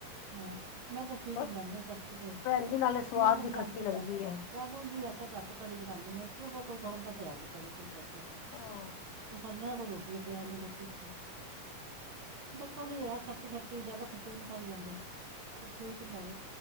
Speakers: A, on the right; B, on the left.
A: ਹਾਂ ਮੈਂ ਤੇ ਠੀਕ
B: ਪਰ
A: ਬਣਾਉਦੀ ਖੱਟੀ ਬਸ
B: ਭੈਣ ਜੀ ਨਾਲੇ ਸਵਾਦ
A: ਮੈਂ ਤੇ
B: ਵੀ
A: ਬਣਾਉਦੀ
B: ਖੱਟੀ ਲੱਗਦੀ
A: ਘੱਟ ਹੀ ਹਾਂ
B: ਹੈ
A: ਮੈਂ ਤੇ ਵੈਸੇ ਘੱਟ ਘੜੀ ਬਣਾਨਣੀ ਆ ਕਿਉਂਕ ਕੋਈ ਬਣਦਾ ਤੇ ਹੈ ਨੀ ਕੜੀ ਖੁਸ਼ ਹੋ ਕੇ
B: ਹਾਂ
A: ਸਮਝ ਨਾ ਕੋਈ ਰੋਟੀ ਦਾ ਟਾਈਮ ਹੈ ਨਾ ਕੁਛ ਥੜੀ ਹੈ ਖਰਤੀ ਖੱਟੀ ਜਿਆਦਾ ਖਰਚੇ ਵੀ ਨੀ ਖਾ ਜਾਂਦੇ ਠੀਕ ਹੁੰਦਾ ਵ